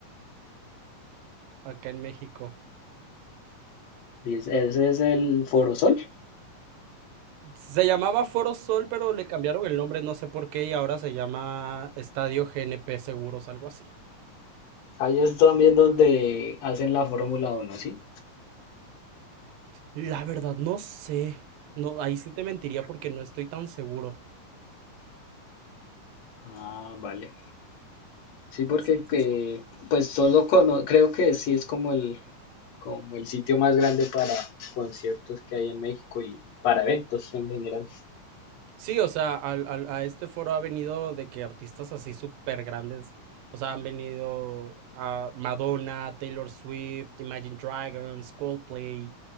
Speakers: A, on the right (about 85°); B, on the left (about 65°).
A: acá en México.
B: Y es- Ese es el Forosol.
A: Se llamaba Foro Sol, pero le cambiaron el nombre, no sé por qué, y ahora se llama Estadio GNP Seguros, algo así.
B: Ahí es también donde hacen la Fórmula uno ¿sí?
A: La verdad, no sé. No, ahí sí te mentiría porque no estoy tan seguro.
B: Ah, vale. Sí, porque
A: Sí, sí,
B: que,
A: sí.
B: pues solo cono- creo que sí es como el, como el sitio más grande para conciertos que hay en México y para eventos en general.
A: Sí, o sea, al, al- a este foro ha venido de que artistas así súper grandes, o sea, han venido a Madonna, Taylor Swift, Imagine Dragons, Coldplay,